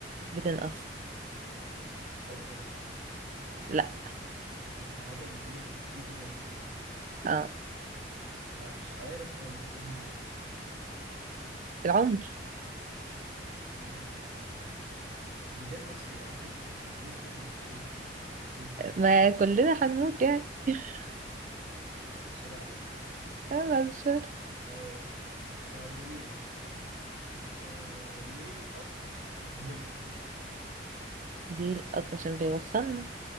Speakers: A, on the right; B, on the right.
A: بتنقص
B: الحفرة
A: لا
B: الحاجة اللي كل ما بتزيد بتنقص
A: اه
B: لا مش عارف خالص ايه هي
A: العمر
B: كل ما ب... ايوه صح شطة بتنقص ايه قصدك اللي احنا هنموت يعني ولا ايه كل ما الواحد يكبر يعني
A: ما كلنا هنموت يعني <laughs>
B: ماشي خلاص بعد السؤال علينا
A: اه بعد الشر
B: ايوه طب قولي لي آه... ليه القطر مهم
A: دي القط عشان بيوصلنا